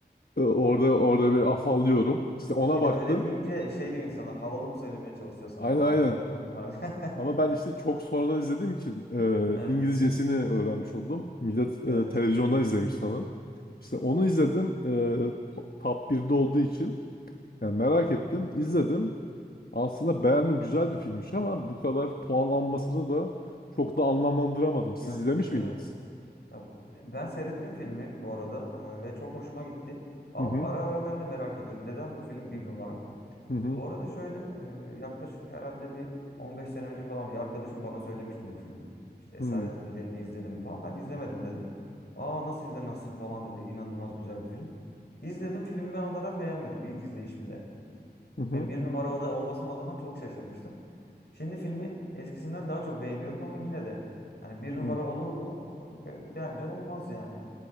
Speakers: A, on the left; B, on the left.
A: Ee, Orada orada bir afallıyorum. İşte ona
B: Bir
A: baktım.
B: de öyle deyince şey diyor insanlar havalı mı söylemeye çalışıyorsun
A: Aynen
B: falan.
A: aynen.
B: Şort var.
A: Ama
B: <laughs>
A: ben işte çok sonradan izlediğim için e,
B: Evet.
A: İngilizcesini öğrenmiş oldum. Millet e,
B: Evet.
A: televizyondan izlemiş sana. İşte onu izledim. E, to- top 1'de olduğu için. Yani merak ettim. izledim. Aslında beğendim. Güzel bir filmmiş ama bu kadar puan almasını da çok da anlamlandıramadım. Siz
B: Ya
A: izlemiş
B: evet.
A: miydiniz?
B: Ya, ben seyrettim filmi bu arada e, ve çok hoşuma gitti. Ama
A: Hı hı.
B: ara ara ben de merak ediyorum. Neden bu film bir numara?
A: Hı hı.
B: Bu arada şöyle e, yaklaşık herhalde bir 15 sene önce falan bir arkadaşım bana söylemişti bu filmi. İşte Esaretin
A: Hı
B: Bedeli'ni izledim mi falan. Ben izlemedim dedim. Aa nasıl izlemezsin falan dedi. İnanılmaz güzel bir film. İzledim filmi ben o kadar beğenmedim ilk izleyişimde.
A: hı.
B: Ve bir numara oda olmasına o zaman çok şaşırmıştım. Şimdi filmi eskisinden daha çok beğeniyorum ama yine de hani bir
A: hı,
B: numara
A: hı.
B: olur mu? Be- Bence olmaz yani.